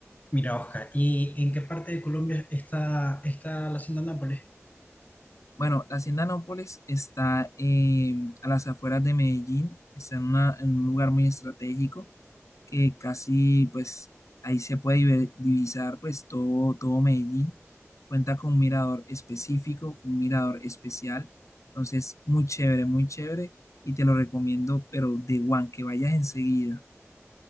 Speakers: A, on the left (about 35°); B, on the left (about 85°).
A: Mira, Oscar, ¿y en qué parte de Colombia está, está la hacienda Nápoles?
B: Bueno, la Hacienda Nápoles está eh, a las afueras de Medellín, está en, una- en un lugar muy estratégico. que casi pues ahí se puede diver- divisar pues todo, todo Medellín. Cuenta con un mirador específico, un mirador especial. Entonces, muy chévere, muy chévere y te lo recomiendo, pero de one, que vayas enseguida.